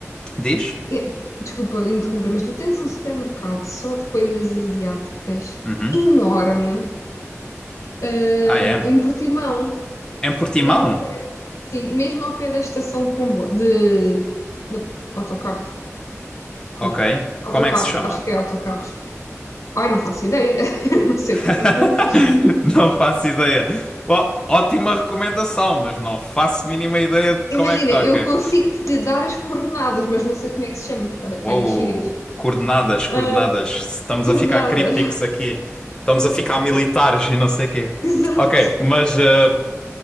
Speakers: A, on the left; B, on the left.
A: Diz?
B: eh, desculpa interromper, mas tu tens um supermercado só de coisas asiáticas
A: Uhum.
B: enorme, eh,
A: Ah, é.
B: em Portimão,
A: Em Portimão?
B: mesmo ao, sim, mesmo ao pé da estação de comboio, de, de autocarros. como
A: Ok.
B: autocarros,
A: Como é que se chama?
B: acho que é autocarros. Ai, não faço ideia, <laughs> não sei
A: <laughs>
B: o que é que aquilo diz.
A: Não faço ideia. Ó- ótima recomendação, mas não faço mínima ideia de como
B: Imagina,
A: é que. Ok.
B: eu consigo te dar as coordenadas, mas não sei como é que se chama, porque está está
A: Uou,
B: em chinês.
A: coordenadas, coordenadas.
B: Ah,
A: Estamos
B: coordenadas,
A: a ficar crípticos aqui. Estamos a ficar militares e não sei quê.
B: <laughs> exato.
A: Ok, mas, eh,